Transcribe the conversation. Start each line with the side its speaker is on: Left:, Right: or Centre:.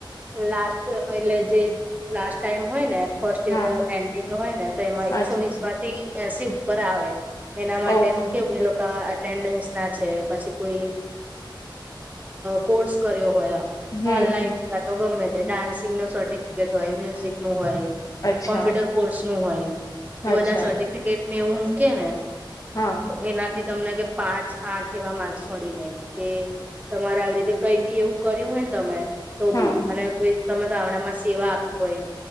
Right: લાસ્ટ એટલે જે લાસ્ટ ટાઈમ હોય ને, ફર્સ્ટ યર
Left: હા
Right: એન્ડિંગ હોય ને તો એમાં એકસો
Left: અચ્છા
Right: વીસ માંથી એસી ઉપર આવે, એના માટેનું
Left: ઓકે
Right: કેવું એ લોકા એટેન્ડસ. છે, પછી કોઈ કોર્સ કર્યો હોય
Left: હમ
Right: ઓનલાઈન. કા તો ગમે તે ડાન્સિંગનો સર્ટિફિકેટ હોય. મ્યુઝિકનું હોય,
Left: અચ્છા
Right: કોમ્પ્યુટર કોર્સનું હોય એ
Left: અચ્છા
Right: બધા સર્ટિફિકેટને એવું મૂકેને,
Left: હ.
Right: એના બી તમને કે પાંચ. આઠ એવા માર્ક્સ મળી ગાય કે તમારે આવી રીતે કંઈ ભી એવું કર્યું હોય ને તમે. તો
Left: હા
Right: બી અને કોઈ તમે ગામડામાં સેવા આપી હોય,